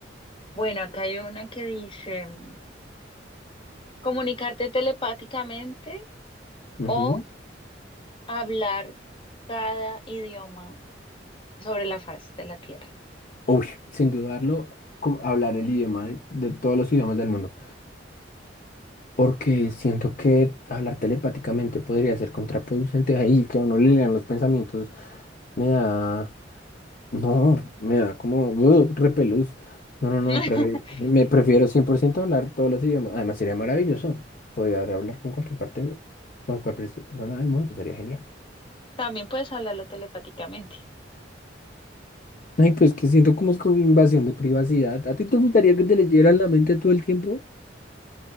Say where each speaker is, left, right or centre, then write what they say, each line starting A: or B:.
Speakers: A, on the left; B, on the left.
A: Bueno, acá hay una que dice mm, comunicarte telepáticamente
B: Ujú.
A: o hablar cada idioma sobre la faz de la Tierra.
B: Uy, sin dudarlo, como hablar el idioma de, de todos los idiomas del mundo, porque siento que hablar telepáticamente podría ser contraproducente ahí, que a uno le lean los pensamientos, me da, no, me da como uh, repelús. No, no,
A: <laughs>
B: no, prefe- me prefiero 100% hablar todos los idiomas. Además, sería maravilloso. Podría hablar con cualquier parte, de- con cualquier persona del mundo, sería genial.
A: También puedes hablarlo telepáticamente.
B: Ay, pues que siento como es con invasión de privacidad. ¿A ti te gustaría que te leyeran la mente todo el tiempo?